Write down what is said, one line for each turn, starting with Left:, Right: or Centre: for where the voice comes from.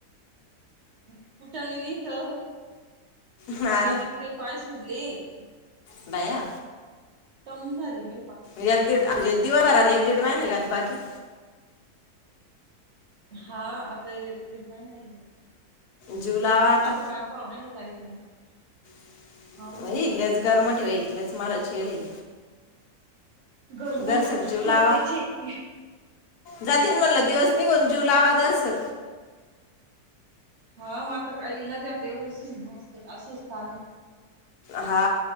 Right: <unintelligible> <inaudible> <unintelligible>
Left: हा
Right: ली
Left: बया..
Right: टम्म झालीत
Left: यात दीड अ रेदीवर आराले एक-दीड महिने कात बाकी
Right: हा आता एक दीड महिना ये मी <unintelligible>
Left: जीव लावा आता
Right: <unintelligible>
Left: <unintelligible>
Right: हो ना
Left: इथल्याच माराची आहेत.
Right: गरमच
Left: दर्शक जीव
Right: केलेचे
Left: लावा
Right: ते
Left: जातीन म्हणलं दिवस निघून जीव लावा जरसं
Right: हा मग आता काई इलाज आता एवढं <unintelligible> असूसतान
Left: हा!